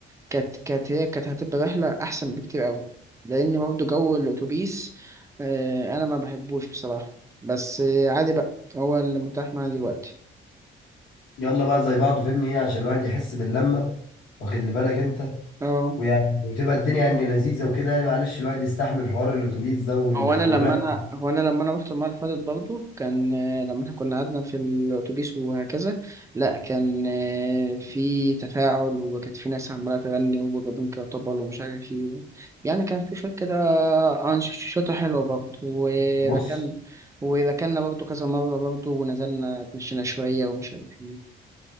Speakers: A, on the right; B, on the left.
A: كانت كانت هي كانت هتبقى رحله احسن بكتير قوي لان برضه جو الاتوبيس آه انا ما بحبوش بصراحه بس آه عادي بقى هو اللي متاح معايا دلوقتي
B: يلا بقى زي بعضه فاهمني ايه عشان الواحد يحس باللمة واخد لي بالك انت
A: اه
B: ويعني وتبقى الدنيا يعني لذيذة وكده يعني معلش الواحد يستحمل حوار الاتوبيس ده وال-
A: هو انا
B: والرحلة
A: لما انا هو انا لما انا رحت المره اللي فاتت برضه كان آه، لما احنا كنا قعدنا في الاتوبيس وهكذا لا كان آه، في تفاعل وكانت في ناس عماله تغني وجابوا كرطبل ومش عارف ايه و- يعني كان في شويه كده انشطه حلوه برضه وركن
B: بص
A: وركننا برضه كذا مره برضه ونزلنا اتمشينا شويه ومش عارف ايه